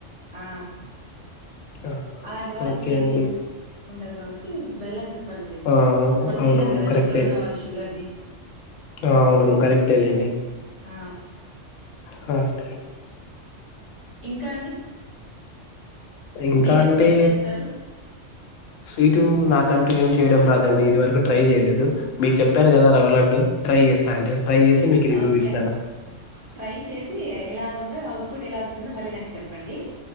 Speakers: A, on the right (about 45°); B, on the left (about 85°).
A: ఆ
B: ఆ!
A: అలాంటి వాళ్ళకి
B: ఓకే
A: ఏం
B: అండి
A: ఉండదు కాబట్టి బెల్లం ప్రిఫర్ చేయొచ్చు
B: ఆ
A: వాళ్ళు
B: అవునవును
A: తినరు కదా
B: కరెక్టే
A: షుగర్ ఉన్న వాళ్ళు షుగర్ది
B: ఆ అవునవును కరెక్టే లేండి
A: ఆ
B: హా అండి
A: ఇంకా అండి
B: ఇంకా
A: మీరేం
B: అంటే
A: స్వీట్ చేస్తారు
B: స్వీటు నా కంటు ఏం చేయడం రాదండి ఇది వరకు ట్రై చేయలేదు మీరు చెప్పారు కదా రవ్వ లడ్డు ట్రై చేస్తా అండి ట్రై చేసి మీకు రివ్యూ
A: ఓకే
B: ఇస్తాను
A: అండి ట్రై చేసి ఎలా ఉందో అవుట్పుట్ ఎలా వచ్చిందో మళ్ళీ నాకు చెప్పండి